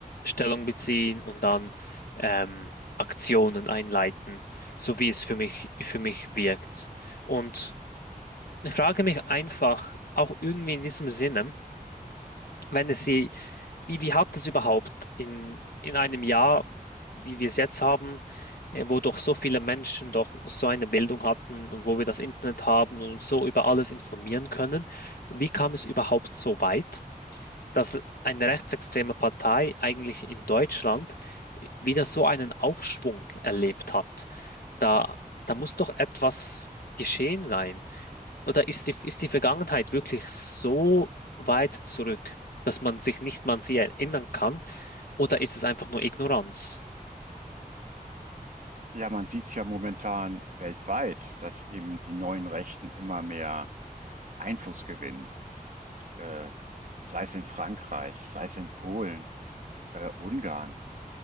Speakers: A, on the left; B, on the right.
A: Stellung beziehen und dann ähm, Aktionen einleiten, so wie es für mich, für mich wirkt. Und ich frage mich einfach, auch irgendwie in diesem Sinne, wenn es sie Wie, wie hat es überhaupt in, in einem Jahr, wie wir es jetzt haben, äh, wo doch so viele Menschen doch so eine Bildung hatten und wo wir das Internet haben und uns so über alles informieren können, wie kam es überhaupt so weit, dass eine rechtsextreme Partei eigentlich in Deutschland äh, wieder so einen Aufschwung erlebt hat? Da, da muss doch etwas geschehen sein oder ist die, ist die Vergangenheit wirklich so weit zurück, dass man sich nicht mal an sie erinnern kann? Oder ist es einfach nur Ignoranz?
B: ja, man sieht es ja momentan weltweit, dass eben die neuen Rechten immer mehr Einfluss gewinnen, äh, sei es in Frankreich, sei es in Polen, äh, Ungarn